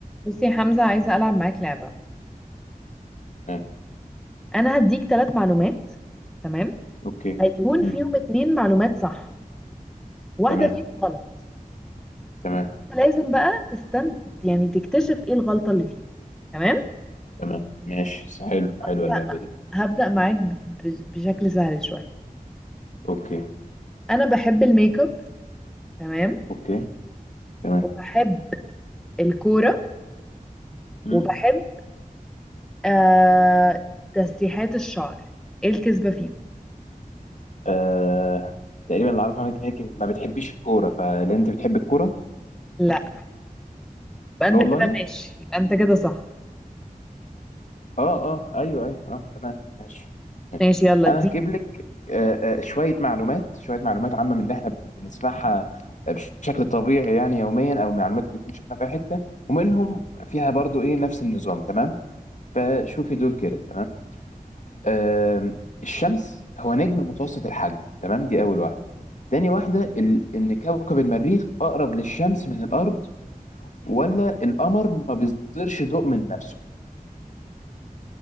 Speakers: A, in the centre; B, on the left.
A: بصي يا حمزة عايزة ألعب معاك لعبة
B: تمام
A: أنا هديك ثلاث معلومات تمام
B: اوكي
A: هيكون
B: مم.
A: فيهم اتنين معلومات صح واحدة
B: تمام
A: فيهم غلط
B: تمام
A: أنت لازم بقى تستن يعني تكتشف ايه الغلطة اللي فيهم تمام
B: تمام ماشي س- حلو
A: هبدأ
B: حلوه اللعبه
A: مع-
B: دي
A: هبدأ معاك ب- ب- بشكل سهل شوية
B: اوكي
A: أنا بحب الميك اب تمام
B: اوكي تمام
A: وبحب الكورة
B: مم.
A: وبحب آه... تسريحات الشعر ايه الكذبة فيهم
B: آه... تقريبا اللي اعرفه عنك انك ما بتحبيش الكوره فلا انت بتحب الكوره
A: لا يبقى انت
B: لا والله
A: كده ماشي يبقى انت كده صح
B: اه اه ايوه ايوه اه تمام ماشي ماشي
A: ماشي يلا
B: انا
A: دي
B: هجيب لك آه آه شويه معلومات شويه معلومات عامه من اللي احنا بنسمعها آه، بشكل طبيعي يعني يوميا او معلومات نكون شفناها في أي حته ومنهم فيها برضو ايه نفس النظام تمام فشوفي دول كده تمام آم، الشمس هو نجم متوسط الحجم تمام دي أول واحدة تاني واحدة ال... إن كوكب المريخ أقرب للشمس من الأرض ولا القمر ما بيصدرش ضوء من نفسه